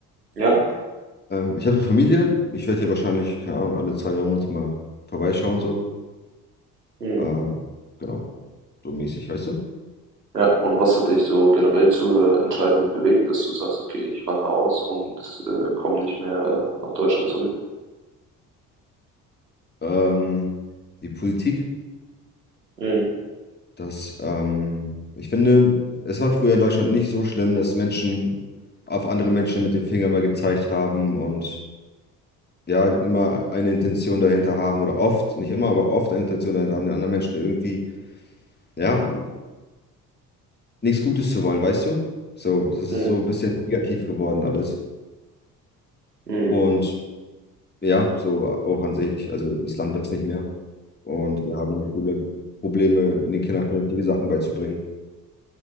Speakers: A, on the right; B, on the left.
A: Ja?
B: Ähm, ich habe eine Familie. Ich werde hier wahrscheinlich, keine Ahnung, alle zwei, drei Monate mal vorbeischauen so.
A: hm
B: Ähm, genau, so mäßig, weißt du?
A: Ja, und was hat dich so generell zur Entscheidung bewegt, dass du sagst, okay, ich wandere aus und äh, komme nicht mehr nach Deutschland zurück?
B: ähm, die Politik,
A: hm
B: dass ähm, ich finde, es war früher in Deutschland nicht so schlimm, dass Menschen auf andere Menschen mit dem Finger mal gezeigt haben und ja, immer eine Intention dahinter haben oder oft, nicht immer, aber oft eine Intention dahinter haben, den anderen Menschen irgendwie, ja, nichts Gutes zu wollen, weißt du? So, das ist
A: hm
B: so ein bisschen negativ geworden alles.
A: hm
B: Und ja, so auch an sich, also das Land wächst nicht mehr. Und wir haben in der Schule Probleme, den Kindern vernünftige Sachen beizubringen.